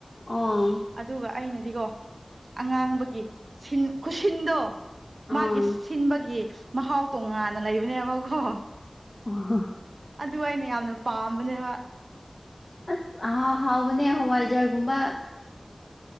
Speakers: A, on the left (about 45°); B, on the right (about 85°).
A: ꯑꯥ
B: ꯑꯗꯨꯒ ꯑꯩꯅꯗꯤꯀꯣ ꯑꯉꯥꯡꯕꯒꯤ ꯁꯤꯟ ꯈꯨꯁꯤꯟꯗꯣ
A: ꯑꯥ
B: ꯃꯥꯒꯤ ꯁꯤꯟꯕꯒꯤ ꯃꯍꯥꯎ ꯇꯣꯉꯥꯟꯅ ꯂꯩꯕꯅꯦꯕꯀꯣ
A: ꯑꯍꯥ
B: ꯑꯗꯨ ꯑꯩꯅ ꯌꯥꯝꯅ ꯄꯥꯝꯕꯅꯦꯕ
A: ꯑꯁ ꯑ ꯑꯍꯥꯎꯕꯅꯦ ꯍꯋꯥꯏꯖꯥꯔꯒꯨꯝꯕ